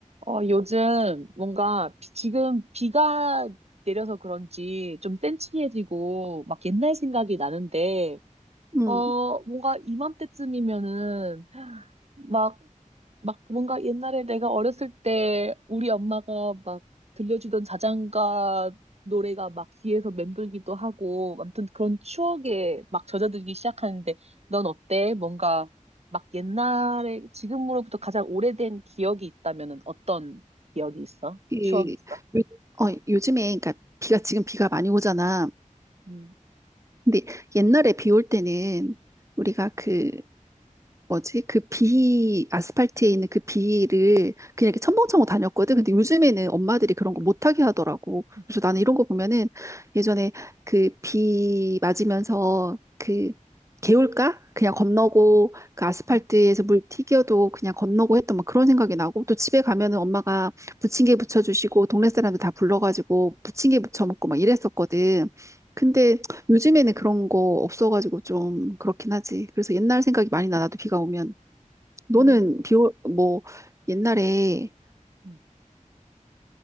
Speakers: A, on the right (about 50°); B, on the right (about 20°).
A: 어, 요즘 뭔가 비- 지금 비가 내려서 그런지 좀 센치해지고 막 옛날 생각이 나는데,
B: 음,
A: 어, 뭔가 이맘때쯤이면은 막 막 뭔가 옛날에 내가 어렸을 때 우리 엄마가 막 들려주던 자장가 노래가 막 귀에서 맴돌기도 하고 아무튼 그런 추억에 막 젖어들기 시작하는데 넌 어때? 뭔가 막 옛날에 지금으로부터 가장 오래된 기억이 있다면은 어떤 기억이 있어?
B: 이,
A: 추억이 있어?
B: 요, 어, 요즘에, 그러니까 비가, 지금 비가 많이 오잖아.
A: 음,
B: 근데 옛날에 비 올 때는 우리가 그 뭐지? 그 비, 아스팔트에 있는 그 비를 그냥 이렇게 첨벙첨벙 다녔거든. 근데 요즘에는 엄마들이 그런 거 못하게 하더라고.
A: 음,
B: 그래서 나는 이런 거 보면은 예전에 그 비 맞으면서 그 개울가? 그냥 건너고 그 아스팔트에서
A: 음,
B: 물 튀겨도 그냥 건너고 했던 뭐 그런 생각이 나고 또 집에 가면은 엄마가 부침개 부쳐주시고 동네 사람들 다 불러가지고 부침개 부쳐 먹고 막 이랬었거든. 근데 요즘에는 그런 거 없어가지고 좀 그렇긴 하지. 그래서 옛날 생각이 많이 나, 나도 비가 오면. 너는
A: 음,
B: 비, 오, 뭐, 옛날에
A: 음.